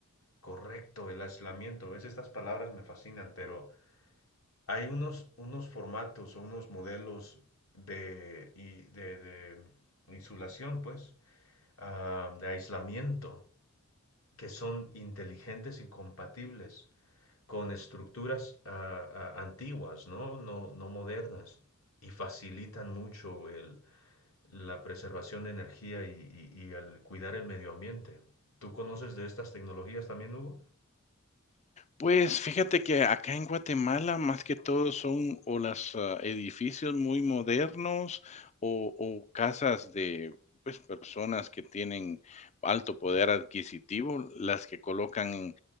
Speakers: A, on the left (about 70°); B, on the left (about 30°).
A: Correcto, el aislamiento. ¿Ves? Estas palabras me fascinan, pero hay unos, unos formatos o unos modelos de, y- de, de insulación, pues, ah, de aislamiento, que son inteligentes y compatibles con estructuras ah, ah, antiguas, ¿no? No, no modernas, y facilitan mucho el, la preservación de energía y, y, y el cuidar el medio ambiente. ¿Tú conoces de estas tecnologías también, Hugo?
B: Pues fíjate que acá en Guatemala, más que todo, son o los edificios muy modernos o, o casas de pues, personas que tienen alto poder adquisitivo, las que colocan en